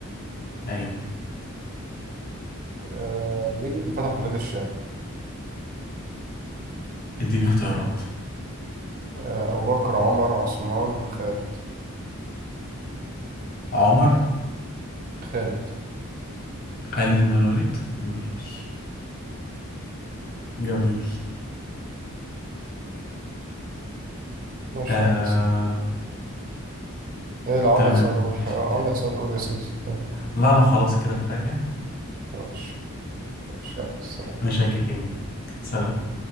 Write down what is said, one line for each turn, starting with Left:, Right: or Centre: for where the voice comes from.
Left: اي
Right: آه... مين اللي فتح بلاد الشام؟
Left: اديني اختيارات
Right: آه... أبو بكر عمر عثمان خالد
Left: عمر
Right: خالد
Left: خالد بن الوليد ماشي جميل
Right: ماشي
Left: آه
Right: يا هندسة إيه لو عندك
Left: تمام
Right: سؤال قول
Left: ماشي
Right: <laughs> آه،
Left: كده
Right: عندك سؤال قول يا سيدي آه،
Left: لا انا خلاص كده كفايه
Right: ماشي ماشي يلا، سلام.
Left: ماشي يا كيمو سلام